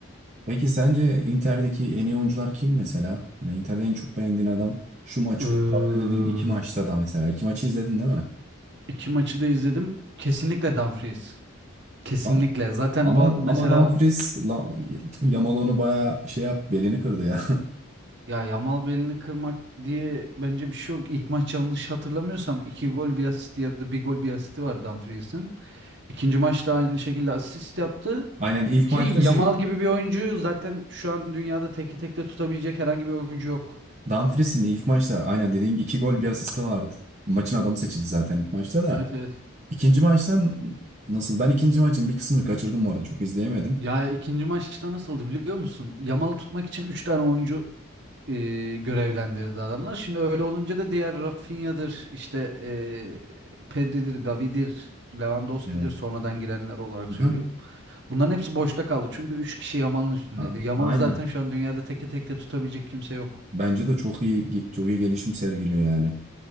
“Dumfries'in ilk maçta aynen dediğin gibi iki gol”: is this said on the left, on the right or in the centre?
Right